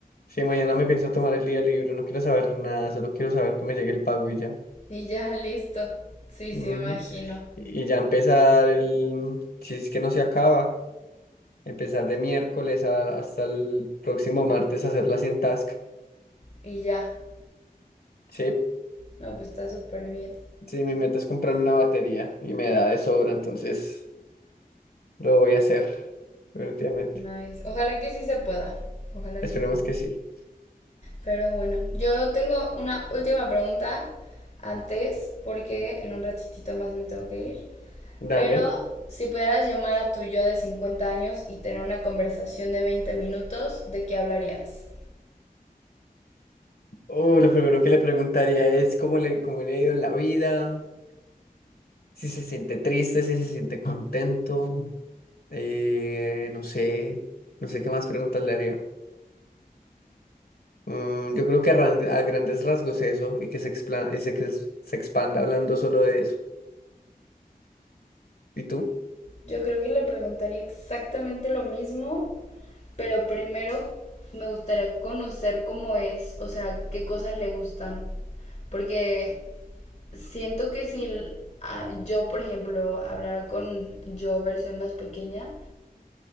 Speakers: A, on the left; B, on the left.
A: Si mañana me pienso tomar el día libre, no quiero saber nada, solo quiero saber que me llegue el pago y ya.
B: Y ya, listo. Sí,
A: Ujú.
B: sí, imagino.
A: Y ya empezar el, si es que no se acaba, empezar de miércoles a- hasta el próximo martes a hacer la 100 task.
B: Y ya.
A: Sí,
B: No, pues está súper bien.
A: sí, mi meta es comprarme una batería y me da de sobra, entonces lo voy a hacer, definitivamente.
B: Nice. Ojalá que sí se pueda. Ojalá
A: Esperemos
B: que sí.
A: que sí.
B: Pero bueno, yo tengo una última pregunta antes, porque en un ratitito más me tengo que ir.
A: Dale.
B: Pero si pudieras llamar a tu yo de 50 años y tener una conversación de 20 minutos, ¿de qué hablarías?
A: Uh, lo primero que le preguntaría es cómo le, cómo le ha ido en la vida, si se siente triste, si se siente contento, eh, no sé, no sé qué más preguntas le haría. Mm, yo creo que a, ran- a grandes rasgos eso y que se, expla- ese que es- se expanda hablando solo de eso. ¿Y tú?
B: Yo creo que le preguntaría exactamente lo mismo, pero primero me gustaría conocer cómo es, o sea, qué cosas le gustan. Porque siento que si yo, por ejemplo, hablara con yo versión más pequeña,